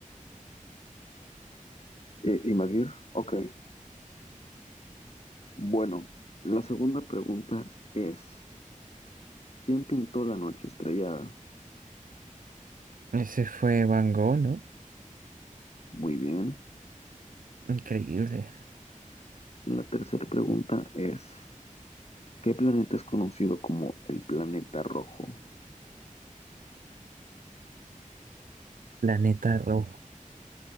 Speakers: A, on the left (about 50°); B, on the right (about 80°).
A: Eh, ¿Y Madir? Ok, bueno. La segunda pregunta es, ¿quién pintó la noche estrellada?
B: Ese fue Van Gogh, ¿no?
A: Muy bien.
B: Increíble.
A: La tercera pregunta es, ¿qué planeta es conocido como el planeta rojo?
B: Planeta rojo.